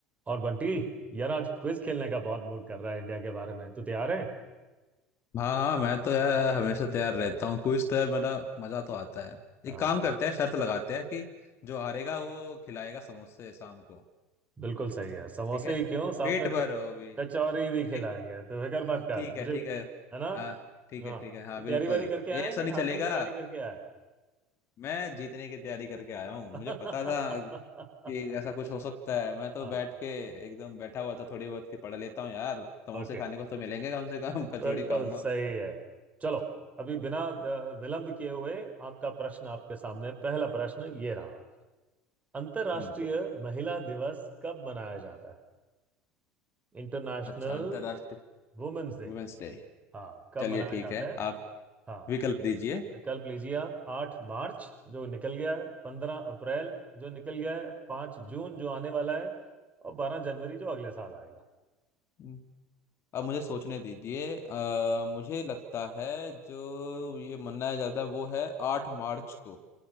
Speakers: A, on the right; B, on the left.
A: और बंटी यार आज क्विज खेलने का बहुत मूड कर रहा है इंडिया के बारे में तू तैयार है
B: हाँ हाँ मैं तो यार हमेशा तैयार रहता हूँ कुछ तो यार मेरा मजा तो आता है
A: हाँ
B: एक काम करते हैं शर्त लगाते हैं कि जो हारेगा वो खिलाएगा समोसे शाम को
A: बिल्कुल सही है समोसे
B: ठीक है
A: ही क्यों साथ
B: पेट
A: में
B: भर
A: क-
B: वो भी
A: कचौरी भी खिलाएंगे
B: एक
A: तो फिक्र
B: हाँ,
A: मत कर
B: ठीक
A: मुझे
B: है ठीक है
A: है ना
B: हाँ ठीक
A: हाँ
B: है ठीक है हाँ
A: तू तैयारी
B: बिल्कुल
A: वारी करके आया
B: ये
A: है
B: ऐसा
A: कि
B: नहीं
A: हारने
B: चलेगा
A: की तैयारी करके आया है?
B: मैं जीतने की तैयारी करके आया हूँ
A: <laughs>
B: मुझे पता था कि ऐसा कुछ हो सकता है मैं तो
A: हाँ
B: बैठ के एकदम बैठा हुआ था थोड़ी बहुत की पढ़ लेता हूँ यार समोसे
A: ओके
B: खाने को तो मिलेंगे कम से कम <laughs> कचौड़ी
A: बिल्कुल
B: खाऊंगा
A: सही है चलो अभी बिना अ, विलंब किए हुए आपका प्रश्न आपके सामने पहला प्रश्न ये रहा अंतर्राष्ट्रीय
B: हम्म,
A: महिला दिवस कब मनाया जाता है International
B: अच्छा अंतरराष्ट्रीय
A: women's day
B: वुमेन्स डे
A: हाँ कब
B: चलिए
A: मनाया
B: ठीक
A: जाता
B: है
A: है
B: आप
A: हाँ
B: विकल्प
A: वि-
B: दीजिए
A: विकल्प लीजिए आप आठ मार्च जो निकल गया है पंद्रह अप्रैल जो निकल गया है पाँच जून जो आने वाला है और बारह जनवरी जो अगले साल आएगा
B: हम्म। अब मुझे सोचने दीजिए अ, मुझे लगता है जो ये मनाया जाता है वो है आठ मार्च को